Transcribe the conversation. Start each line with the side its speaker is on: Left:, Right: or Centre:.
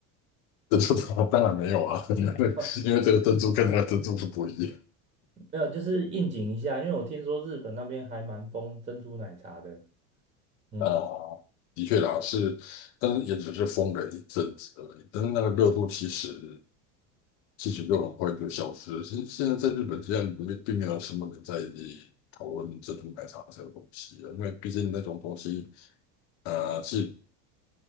Left: 珍珠的话当然没有啊，<laughs> 因为因为这个珍珠跟那个珍珠是不一样
Right: 馆？啊没有，就是应景一下，因为我听说日本那边还蛮疯珍珠奶茶的。嗯
Left: 啊。的确啦，是，但是也只是封了一阵子而已。但是那个热度其实其实就很快就消失了。现现在在日本，现在没并没有什么人在讨论珍珠奶茶这个东西了，因为毕竟那种东西，呃，是